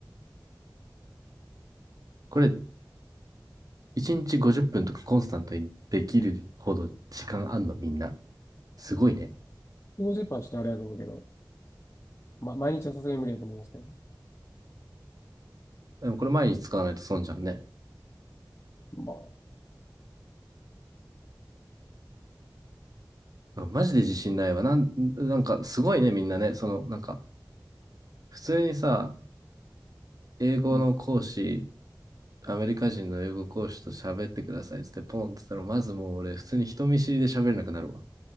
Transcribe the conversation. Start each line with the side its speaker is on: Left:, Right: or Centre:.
Right: これ、1日50分とかコンスタントにできるほど時間あんのみんな。すごいね。
Left: 50分はちょっとあれだと思うけど、まあ、毎日はさすがに無理だと思いますけどね。
Right: でもこれ毎日使わないと損じゃんね。
Left: まあ、
Right: マジで自信ないわ。なん、なんかすごいね、みんなね。その、なんか、普通にさ、英語の講師
Left: うん
Right: アメリカ人の英語講師と喋ってくださいっつってポンって言ったら、まずもう俺、普通に人見知りで喋れなくなるわ。